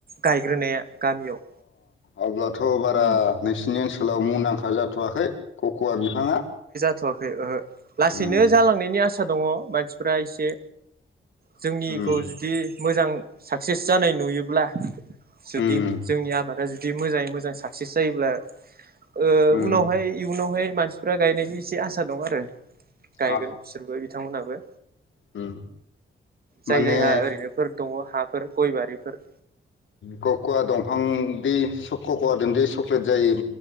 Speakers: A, on the right; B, on the left.
A: गाय ग्रोनाया गामियाव।
B: आब्ला थ'। बारा
A: उम
B: नोंसिनि ओनसोलाव मु दांखा जाथ'वाखै। खख'वा बिफाङा।
A: थ'वाखै ओहो। लासैनो
B: उम
A: जालांनायनि आस आसा दङ मानसिफ्रा एसे। जोंनिखौ
B: उम
A: जुदि मोजां। साक्सेस जानाय नुयोब्ला। जुदि
B: उम
A: जोंनि आबादा जुदि बिदि मोजाङै मोजां साक्सेस जायोब्ला। ओ
B: उम
A: उनावहाय इयुनावहाय फ्रा गायनायनि इसे आसा दंङो आरो। गायगोन
B: अ
A: बिसोरबो बिथांमोनहाबो।
B: उम।
A: जाय
B: माने
A: जायहा ओरैनोफोर दङ हाफोर गय बारि। फोर
B: क'कवा दं फां दि सख क'कवा दोंदि सख फोजायो।